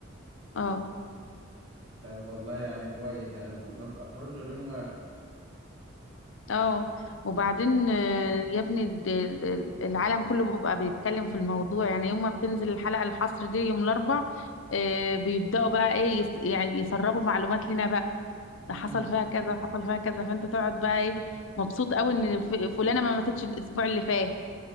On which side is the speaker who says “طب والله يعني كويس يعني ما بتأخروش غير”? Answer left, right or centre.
Right